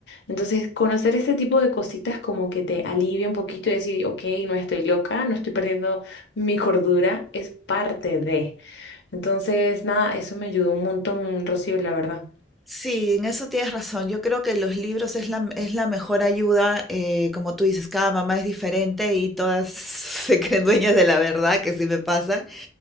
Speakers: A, on the left (about 70°); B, in the centre.
A: Entonces, conocer este tipo de cositas como que te alivia un poquito y decir, ok, no estoy loca, no estoy perdiendo mi cordura, es parte de. Entonces, nada, eso me ayudó un montón, Rocío, la verdad.
B: Sí, en eso tienes razón. Yo creo que los libros es la, es la mejor ayuda. eh, como tú dices, cada mamá es diferente y todas <laughs> se creen dueñas de la verdad, que sí me pasa.